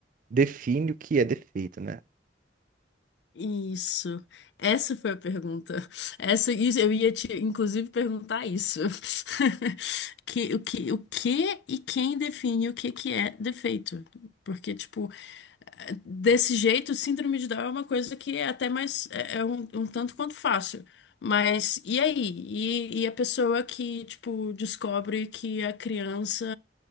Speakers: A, on the right; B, on the left.
A: define o que é defeito, né?
B: Isso. Essa foi a pergunta. Essa, isso, eu ia te, inclusive, perguntar isso. <laughs> Que, o que, o que e quem define o que que é defeito? Porque, tipo, desse jeito, síndrome de Down é uma coisa que é até mais, é, é um, um tanto quanto fácil. Mas, e aí? E, e a pessoa que, tipo, descobre que a criança,